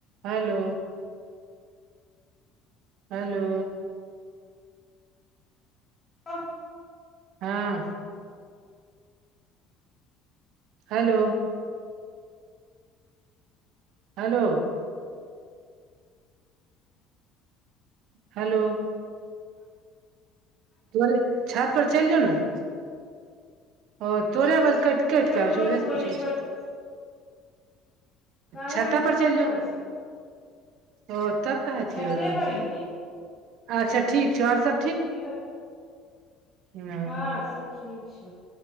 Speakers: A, on the right (about 55°); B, on the left (about 15°).
A: Hello hello
B: व
A: हँ। Hello hello hello तोरे छत पर चलि जो ने। ओ तोरे आवाज केट
B: हम
A: कटके
B: तेना
A: अबै
B: जोर
A: छो। उह
B: बोल
A: से पूछे
B: नेटवर्क
A: छै।
B: काहे
A: छाता
B: हम तऽ
A: पर
B: छत
A: चल जो
B: छी
A: ओ तब कहथी
B: छते
A: ओ न।
B: पर हियै
A: अच्छा ठीक छो। ओर सब
B: ई ब
A: हू न
B: हँं सब ठीक छौ,